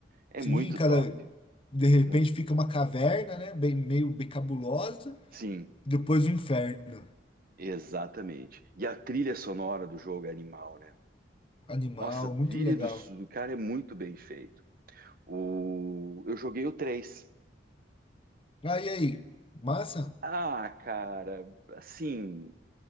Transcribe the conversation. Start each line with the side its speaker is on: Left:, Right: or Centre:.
Right: É
Left: Sim,
Right: muito
Left: cada
Right: top.
Left: de repente
Right: Mu-
Left: fica uma caverna, né? Bem, meio bem cabulosa.
Right: Sim,
Left: Depois o inferno.
Right: exatamente. E a trilha sonora do jogo é animal, né?
Left: Animal,
Right: Nossa, a trilha
Left: muito legal.
Right: do, do cara é muito bem feito. O, eu joguei o três
Left: Ah, e aí? Massa?
Right: Ah, cara, assim.